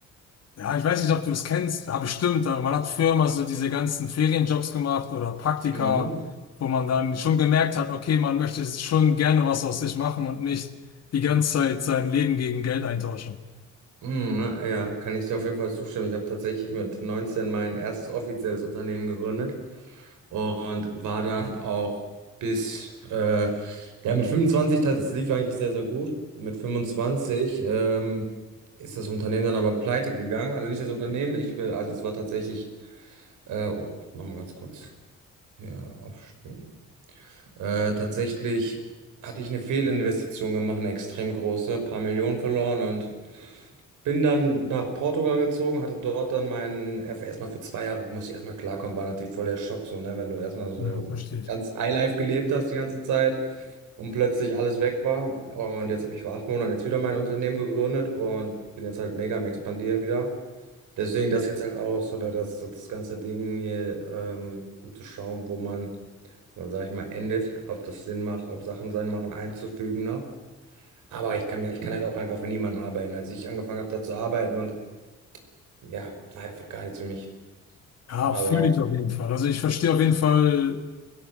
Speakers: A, on the left; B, on the right.
A: Ja, ich weiß nicht, ob du es kennst, ja, bestimmt, aber man hat früher immer so diese ganzen Ferienjobs gemacht oder Praktika,
B: Mhm.
A: wo man dann schon gemerkt hat, okay, man möchte schon gerne was aus sich machen und nicht die ganze Zeit sein Leben gegen Geld eintauschen.
B: Mhm, ja, kann ich dir auf jeden Fall zustimmen. Ich habe tatsächlich mit 19 mein erstes offizielles Unternehmen gegründet und war dann auch bis, äh, ja, mit 25, das es lief eigentlich sehr, sehr gut. Mit 25 ähm, ist das Unternehmen dann aber pleite gegangen. Also nicht das Unternehmen, ich bin, also es war tatsächlich, äh, oh, ich mach mal ganz kurz hier aufstehen. Äh, tatsächlich hatte ich eine Fehlinvestition gemacht, eine extrem große, paar Millionen verloren und bin dann nach Portugal gezogen, hatte dort dann meinen FA erstmal für zwei Jahre, musste ich erstmal klarkommen, war natürlich voll der Schock, so, ne, wenn du erstmal so
A: Ja, verstehe ich.
B: ganz Highlife gelebt hast die ganze Zeit und plötzlich alles weg war. Und jetzt habe ich vor acht Monaten jetzt wieder mein Unternehmen gegründet und bin jetzt halt mega am Expandieren wieder. Deswegen das jetzt halt auch so, ne, das, das ganze Ding hier, ähm, um zu schauen, wo man, wo man, sag ich mal, endet, ob das Sinn macht, ob Sachen Sinn machen, einzufügen noch. Aber ich kann mir, ich kann halt auch einfach für niemanden arbeiten. Als ich angefangen habe, da zu arbeiten und ja, war einfach gar nichts für mich.
A: Ja,
B: Aber,
A: fühle ich auf jeden Fall. Also ich verstehe auf jeden Fall,